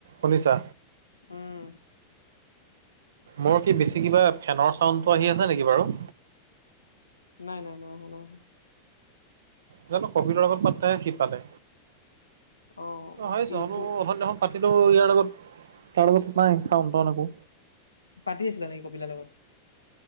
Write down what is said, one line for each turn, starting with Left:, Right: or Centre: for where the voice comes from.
Right: শুনিছা?
Left: উম।
Right: মোৰ কি বেছি কিবা ফেনৰ চাউণ্ডটো আহি আছে নেকি বাৰু?
Left: নাই, নাই, নাই, নাই।
Right: জানো কভিডৰ আগত পাতেহে সি পাতে
Left: অ',
Right: অথনি
Left: কি তুমি
Right: দেখোন। পাতিলোঁ ইয়াৰ আগত তাৰ আগত নাই চাউণ্টাউন একো।
Left: পাতি আছিলা নেি কপিলৰ লগত।